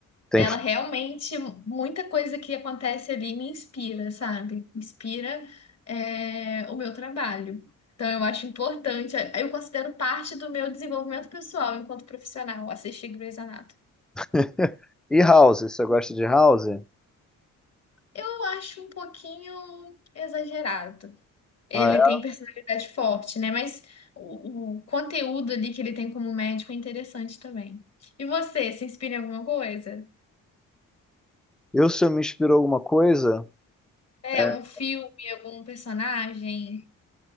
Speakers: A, in the centre; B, on the left (about 45°).
A: tem...
B: Ela realmente, muita coisa que acontece ali me inspira, sabe? Inspira, é, o meu trabalho. Então, eu acho importante, é, eu considero parte do meu desenvolvimento pessoal enquanto profissional, assistir Grey's Anatomy.
A: <laughs> E House, você gosta de House?
B: Eu acho um pouquinho exagerado. Ele
A: Ah, é?
B: tem personalidade forte, né? Mas o, o conteúdo ali que ele tem como médico é interessante também. E você, se inspira em alguma coisa?
A: Eu, se eu me inspirou alguma coisa?
B: É,
A: É.
B: algum filme, algum personagem,